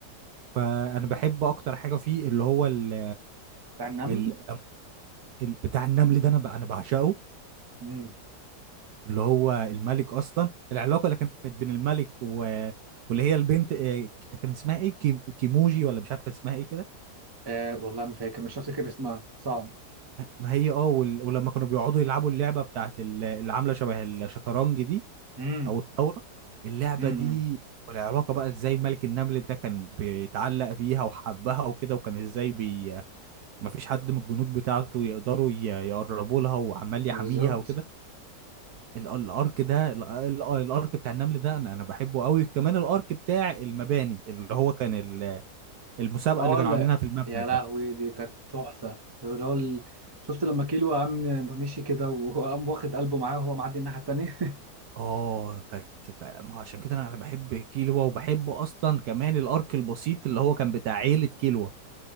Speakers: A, on the right (about 70°); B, on the right (about 20°).
A: فانا بحب اكتر حاجه فيه اللي هو ال...
B: بتاع النمل
A: ال... ال... بتاع النمل ده انا ب... انا بعشقه
B: امم
A: واللي هو الملك اصلا العلاقه اللي كانت بين الملك و... واللي هي البنت آه، كان اسمها ايه كيم... كيموجي ولا مش عارف كان اسمها ايه كده
B: آه والله ما فاكر مش هفتكر اسمها صعب
A: ما هي اه وال... ولما كانوا بيقعدوا يلعبوا اللعبه بتاعت ال- اللي عامله شبه الشطرنج دي
B: امم
A: او الطاوله اللعبه
B: امم
A: دي والعلاقه بقى ازاي الملك النمل ده كان بيتعلق بيها وحبها وكده وكان ازاي بي... ما فيش حد من الجنود بتاعته يقدروا ي... يقربوا لها وعمال يحميها
B: بالظبط
A: وكده ال- الارك ده ال- ال- الارك بتاع النمل ده انا انا بحبه قوي كمان الارك بتاع المباني اللي هو كان ال- المسابقه
B: اه
A: اللي كانوا
B: لا
A: عاملينها في المبنى
B: يا لهوي
A: ده
B: دي كانت تحفة اللي هو ال- شفت لما كيلو قام مشي كده وقام واخد قلبه معاه وهو معدي الناحية التانية <laughs>
A: اه كانت كا- ما هو عشان كده انا أنا بحب كيلوا وبحب اصلا كمان الارك البسيط اللي هو كان بتاع عيله كيلوا